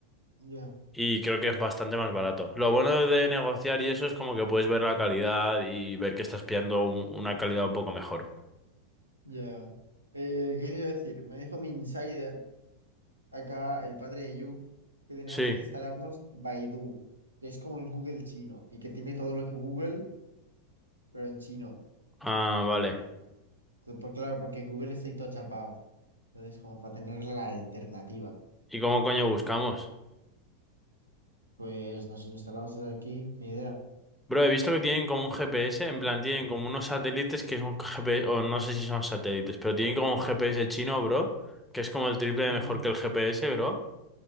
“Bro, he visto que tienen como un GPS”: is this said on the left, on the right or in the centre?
Centre